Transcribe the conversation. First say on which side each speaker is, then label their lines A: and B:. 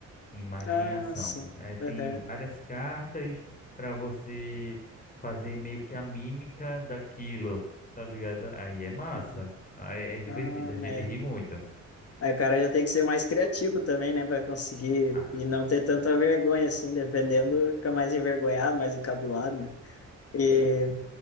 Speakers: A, on the left; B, on the left.
A: Imagem
B: Ah,
A: e Ação.
B: sim.
A: É, tem
B: Aham.
A: várias cartas para você fazer meio que a mímica daquilo, tá ligado? Aí é massa,
B: Uhum.
A: aí é divertido,
B: Ah,
A: a gente
B: é.
A: ri muito.
B: Aí o cara já tem que ser mais criativo também, né, para conseguir
A: Ah,
B: e não ter tanta vergonha, assim, dependendo, fica mais envergonhado, mais encabulado, né? E